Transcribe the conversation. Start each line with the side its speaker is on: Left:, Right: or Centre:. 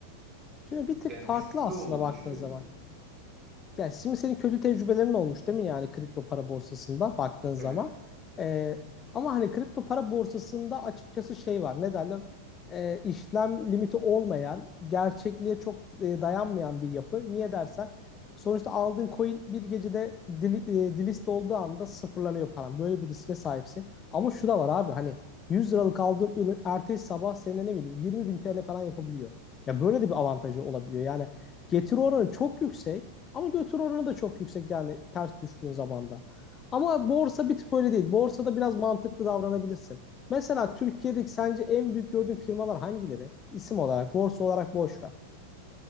Left: Şimdi bir tık
Right: Yani
Left: farklı
Right: riskli
Left: aslında
Right: olduğunu
Left: baktığın
Right: düşünüyorum.
Left: zaman. Ya şimdi senin kötü tecrübelerin olmuş değil mi yani kripto para borsasında baktığın zaman.
Right: Evet. evet.
Left: Ee, ama hani kripto para borsasında açıkçası şey var ne derler Ee, işlem limiti olmayan gerçekliğe çok e, dayanmayan bir yapı. Niye dersen sonuçta aldığın coin bir gecede deli- e, delist olduğu anda sıfırlanıyor paran. Böyle bir riske sahipsin. Ama şu da var abi hani 100 liralık aldığın ürün ertesi sabah senin ne bileyim 20 bin TL falan yapabiliyor. Ya böyle de bir avantajı olabiliyor. Yani getiri oranı çok yüksek. Ama götür oranı da çok yüksek yani ters düştüğün zaman da. Ama borsa bir tık öyle değil. Borsada biraz mantıklı davranabilirsin. Mesela Türkiye'deki sence en büyük gördüğün firmalar hangileri? İsim olarak, borsa olarak boş ver.